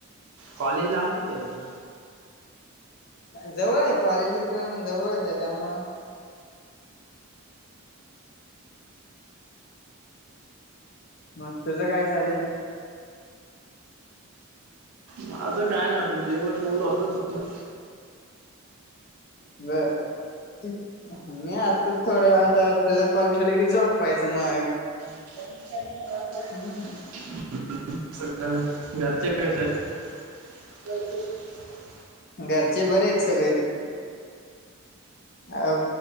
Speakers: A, on the right; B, on the left.
A: कॉलेज लांब कितीय तुझं?
B: जवळाय कॉलेज इथून जवळच हाय त्यामुळं म तुझं काय चालूय?
A: माझं काय नाइ आता जेवण झालो आता झोपणार
B: बरं मी आता थोड्या वेळात तुझा कॉल ठेवला की झोप <unintelligible> मग
A: <unintelligible>
B: हम्म
A: घरचे कसे आहेत? <inaudible>
B: घरचे बरेत सगळेत अ